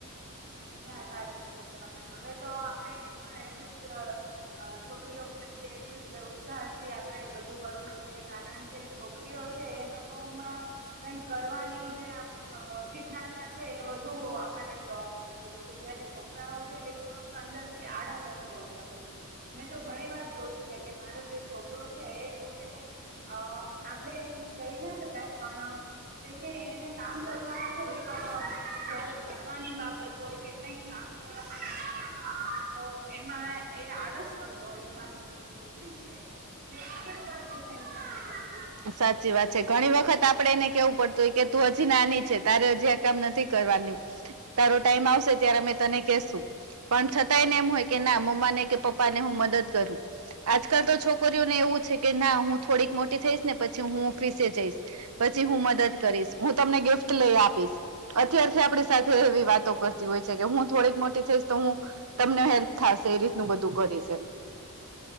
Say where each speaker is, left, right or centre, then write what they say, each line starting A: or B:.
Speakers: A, on the right (about 45°); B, on the right (about 80°).
A: ના સાચું કીધું. અને હવે તો આપડે પણ એટલું જ અ અ છોકરીઓ પ્રત્યે એટલું જ ઉત્સાહથી આપણે બધું કરવું જોઈએ. કારણ કે છોકરીઓ છે એ લોકોમાં કાંઈક કરવાની જે આમ જિજ્ઞાસા છે એ વધુ આપણને જોવા મળ તી હોય છે. જયારે છોકરાઓ છે એ થોડોક અંદરથી આળસ અનુભવતા હોય છે. મેં તો ઘણી વાર જોયું છે કે મારો જે છોકરો છે એ પોતે અ આપડે એમ કહી ના શકાય. પણ કેમ કે એને કામ કરવામાં થોડીક ઘરે ભણવાની બાબત તો હોય કે કઈ કામ કરવાનું તો એમાં એ આળસ કરતો હોય ને મારી ચી છોકરી છે એગ <inaudible>
B: સાચી વાત છે ઘણી વખત આપડે એને કેવું પડ તો કે તું હજી નાની છે તારે હજી આ કામ નથી કરવાનું. તારો ટાઈમ આવશે ત્યારે અમે તને કેશુ પણ થતાય ને એમ હોય કે ના મમ્મા ને કે પપ્પા ને હું મદદ કરું આજકાલ તો છોકરીઓને એવું છે કે ના હું થોડીક મોટી થઈશ ને પછી હું ઓફિસે જઈશ પછી હું મદદ કરીશ હું તમને ગિફ્ટ લઈ આપીશ અત્યારથી આપડી સાથે એવી વાતો કરતી હોય છે કે હું થોડીક મોટી થઈશ તો હું તમને હેલ્પ થશે એ રીતનું બધું કરી છે